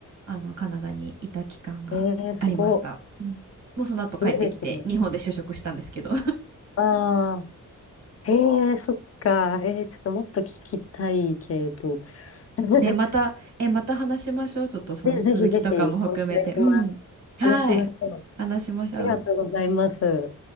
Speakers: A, on the right; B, on the left.
A: あの、カナダにいた期間がありました。
B: ええすご。
A: うんもうその後帰ってきて、
B: いいですね。
A: 日本で就職したんですけど。
B: ああ、ええそっか。えーちょっともっと聞きたいけど。<laughs>
A: ね、また、え、また話しましょう。ちょっとその続きとかも含めて。
B: ぜぜひぜひ、お願いします。
A: うん。はい。
B: 話しましょう。
A: 話しましょう。
B: ありがとうございます。